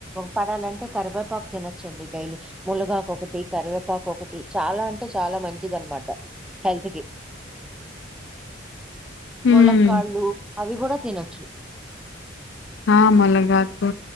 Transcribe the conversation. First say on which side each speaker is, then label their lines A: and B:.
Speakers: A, in the centre; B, on the left.
A: పడాలంటే కరివేపాకు తినొచ్చండి డైలీ ముల్గాక ఒకటి కరివేపాకు ఒకటి చాలా అంటే చాలా మంచిది అన్నమాట హెల్త్ కి
B: హ్మ్.
A: ముళక్కాళ్ళు అవి గుడా తినొచ్చు
B: ఆ ములగాకు